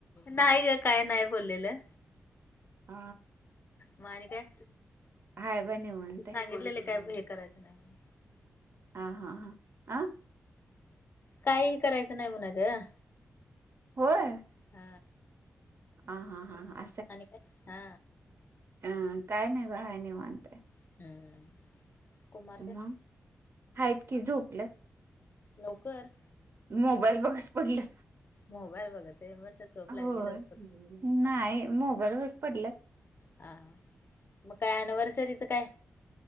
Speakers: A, on the left; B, on the right.
A: नाही ग काय नाही बोललेलं.
B: अ
A: म आणि काय.
B: हाय बा निवांत आहे
A: सांगितलेले काय. हे करायचं नाय म्हणून.
B: हा हा हा. अ
A: काहीही करायचं नाही. म्हणत ग.
B: होय.
A: हा.
B: हा हा हा
A: म आणि काय. हा
B: अं काय नाही बा, हाय निवांत.
A: हम्म हम्म. कुमार
B: म
A: ते
B: हायेत की, झोपल्यात.
A: लवकर.
B: मोबाईल बघत पडल्यात.
A: मोबाईल बघते. मी म्हटलं झोप लागली
B: होय
A: लवकर.
B: नाही मोबाईल बगत पडल्यात.
A: हा. मग काय अनिव्हर्सरीचं काय?